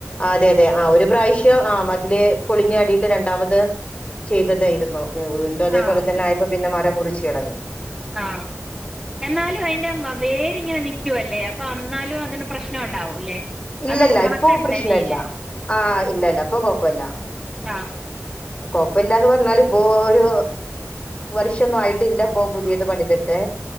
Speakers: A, on the left; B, in the centre.
A: അതെ അതെ, ആഹ് ഒരു പ്രാവശ്യം ആഹ് മത് തില് പൊളിഞ്ഞാടിയിട്ട് രണ്ടാമത് ചെയ്തതായിരുന്നു, വീണ്ടും അതേപോലെ
B: ആഹ്
A: തന്നെ ആയപൊ പിന്നെ മരം മുറിച്ച് കളഞ്ഞ്
B: ആഹ് എന്നാലും അയിന്റെ വേരിങ്ങനെ നിക്കുവല്ലേ അപ്പൊ എന്നാലും അതിന് പ്രശ്നം ഉണ്ടാവൂല്ലേ?
A: ഇല്ലല്ല,
B: അത് ഉണക്കണ്ടേ
A: ഇപ്പൊ പ്രശ്നല്ല.
B: വേര്
A: ആഹ് ഇല്ലല്ല, ഇപ്പൊ കൊഴപ്പല്ല.
B: ആഹ്
A: കൊഴപ്പല്ലാന്ന് പറഞ്ഞാല് ഇപ്പോ ഒരു വർഷൊന്നും ആയിട്ടില്ലപൊ പുതിയത് പണിതിട്ട്.